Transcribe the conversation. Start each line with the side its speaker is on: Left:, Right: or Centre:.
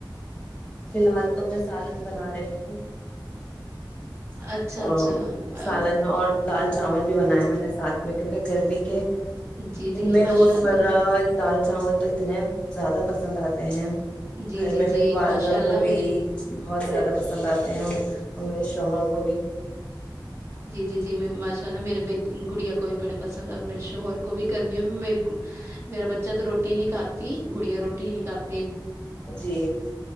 Left: فی الحال تو میں سالن بنا رہی ہوں ا
Right: اچھا اچھا آ،
Left: سالن اور دال چاول بھی بناائے میں نے ساتھ میں کیکہ گرمی کے
Right: جی
Left: دن
Right: جی
Left: میں
Right: ماشاء
Left: روزمرہ
Right: اللہ
Left: دال چاول تو اتنے زیادہ پسند آتے ہیں
Right: جی
Left: گھر
Right: جی
Left: میں
Right: جی
Left: میری والدہ
Right: ماشاء اللہ
Left: کو بھی
Right: میری
Left: بہت زیادہ پسند آتے ہیں اور میرے شوہر کو بھی
Right: جی جی میں ماشاءاللہ میرے بیٹنگ گڑیا کو بھی بڑے پسند اور میرے شوہر کو بھی گرمیوں میں میری میرا بچہ تو روٹی نہیں کھاتی گڑیا روٹی نہیں کھاتی
Left: جی <unintelligible>